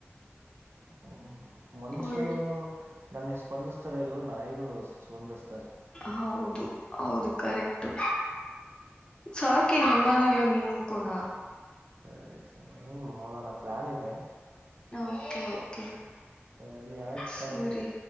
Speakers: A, on the right (about 65°); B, on the left (about 20°).
A: ಹ್ಮ ಮನುಷ್ಯ
B: ಒಳ್
A: ನಮಗೆ ಸ್ಪಂದ್ತಾರ ಇಲ್ ನಾಯಿಗಳು ಸ್ಪಂದಸ್ತ
B: ಹೌದು ಹೌದು ಕರೆಕ್ಟು ಸಾಕಿ ನಿಮ್ಮ ಮನೇಲ್ಲ ನೀವು ಕೂಡ
A: ಸರಿ ಸರ್ ಹ್ಮ್ ನೋಡೋಣ ಪ್ಲಾನ್ ಇದೆ
B: ಓಕೆ ಓಕೆ
A: ಹಾ ಸರಿ ಆಯ್ತು
B: ಸರಿ
A: ತಗ